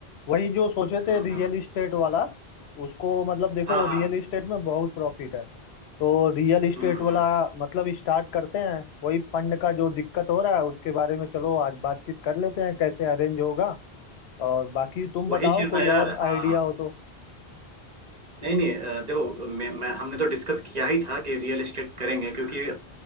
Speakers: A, on the left; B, on the right.
A: वही जो सोचे थे
B: हम्म
A: रियल
B: हम्म,
A: इस्टेट वाला उसको मतलब देखो
B: हाँ हाँ
A: रियल इस्टेट में बहुत प्रॉफिट है तो रियल इस्टेट
B: हम्म
A: वाला
B: हम्म,
A: मतलब स्टार्ट करते हैं वही फंड का जो दिक्कत हो रहा है उसके बारे में चलो आज बातचीत कर लेते हैं कैसे अरेंज होगा और बाकी तुम
B: वही
A: बताओ
B: चीज
A: कोई
B: ना यार
A: और
B: हाँ
A: आइडिया हो तो
B: नहीं नहीं अ, देखो मैं, मैं हमने तो डिस्कस किया ही था कि रियल एस्टेट करेंगे क्योंकि